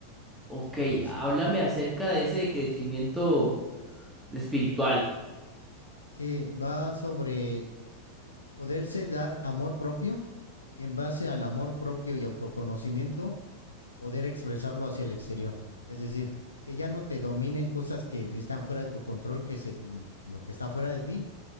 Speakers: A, in the centre; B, on the left (about 75°).
A: Ok,
B: ¿Qué te parece?
A: háblame acerca de ese crecimiento espiritual.
B: Sí, va sobre poderse dar amor propio y en base al amor propio y autoconocimiento, poder expresarlo hacia el exterior. Es decir, que ya no te dominen cosas que están fuera de tu control, que es el- lo que está fuera de ti,